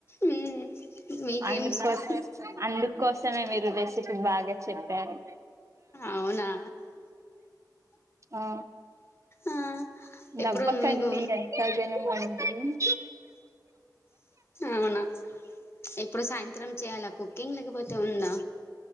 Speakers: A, on the left; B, on the right.
A: మ్మ్ మీకేమి
B: అందుకోస్
A: ఇష్టం
B: అందుకోసమే మీరు రెసిపీ బాగా చెప్పారు
A: అవునా
B: ఆ
A: ఆ ఇప్పుడు
B: నవ్వకండి
A: మీకు
B: ఎంత జన్ హుమ్
A: అవునా ఇప్పుడు సాయంత్రం చేయాలా కుకింగ్ లేకపోతే ఉందా